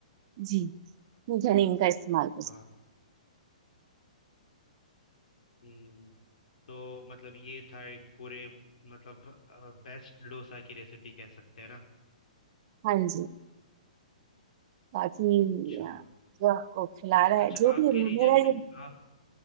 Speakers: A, on the right (about 45°); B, on the left (about 75°).
A: जी जनीन का इस्तेमाल कर सकते
B: हाँ हम्म तो मतलब ये था एक पूरे मतलब बेस्ट डोसा की रेसिपी कह सकते हैं ना
A: हैं। हाँ जी बाकी
B: अच्छा
A: अ, जो आपको खिला रहा
B: अच्छा
A: है जो भी
B: आपके
A: है, मेरा
B: रीजन
A: ये
B: में हाँ